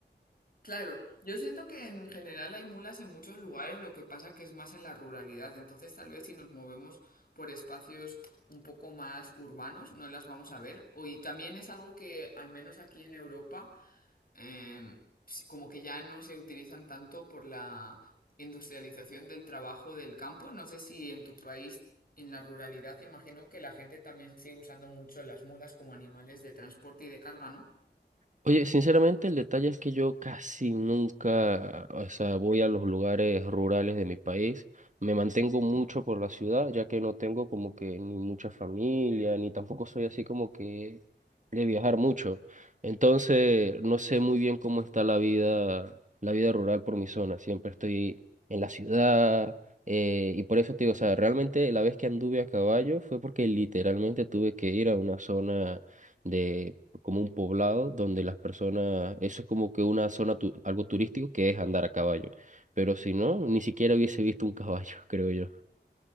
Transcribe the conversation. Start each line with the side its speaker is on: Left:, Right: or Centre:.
Left: Claro, yo siento que en general hay mulas en muchos lugares, lo que pasa que es más en la ruralidad. Entonces, tal vez si nos movemos por espacios un poco más urbanos, no las vamos a ver. O- Y también es algo que, al menos aquí en Europa, eh, sí, como que ya no se utilizan tanto por la industrialización del trabajo del campo. No sé si en tu país, en la ruralidad, imagino que la gente también sigue usando mucho las mulas como animales de transporte y de carga, ¿no?
Right: Oye, sinceramente el detalle es que yo casi nunca, o sea, voy a los lugares rurales de mi país. Me mantengo mucho por la ciudad, ya que no tengo como que ni mucha familia, ni tampoco soy así como que de viajar mucho. Entonces, no sé muy bien cómo está la vida, la vida rural por mi zona. Siempre estoy en la ciudad, eh, y por eso te digo, o sea, realmente la vez que anduve a caballo fue porque literalmente tuve que ir a una zona de como un poblado donde las personas, eso es como que una zona, tu- algo turístico que es andar a caballo. Pero si no, ni siquiera hubiese visto un caballo, <laughs> creo yo.